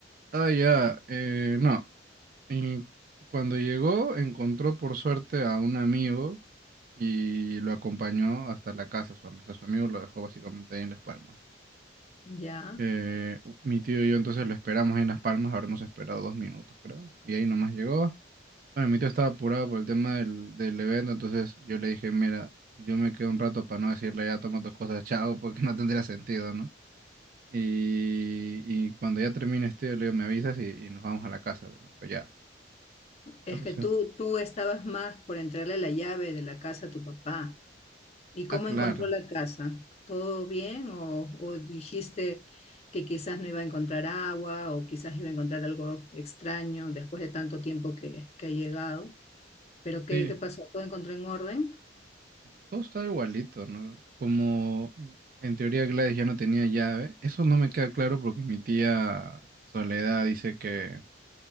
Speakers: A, on the right; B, on the left.
A: ah, ya, eh, no. Y cuando llegó, encontró por suerte a un amigo y lo acompañó hasta la casa, su amigo. su amigo lo dejó básicamente ahí en Las Palmas.
B: Ya.
A: Eh, mi tío y yo entonces lo esperamos ahí en Las Palmas, habremos esperado dos minutos, creo. Y ahí nomás llegó. Bueno, mi tío estaba apurado por el tema del, del evento, entonces yo le dije, mira, yo me quedo un rato para no decirle ya toma tus cosas, chao, <laughs> porque no tendría sentido, ¿no? Y, y cuando ya termines, tío, le digo, me avisas y, y nos vamos a la casa. Me dijo, ya. Ya,
B: Es
A: pues,
B: que tú,
A: eh.
B: tú estabas más por entregarle la llave de la casa a tu papá. ¿Y cómo
A: ah, claro.
B: encontró la casa? ¿Todo bien? ¿O, o dijiste que quizás no iba a encontrar agua o quizás iba a encontrar algo extraño después de tanto tiempo que, que ha llegado? ¿Pero qué,
A: Sí,
B: qué pasó? ¿Todo encontró en orden?
A: todo está igualito, ¿no? Como en teoría Gladys ya no tenía llave, eso no me queda claro porque mi tía Soledad dice que,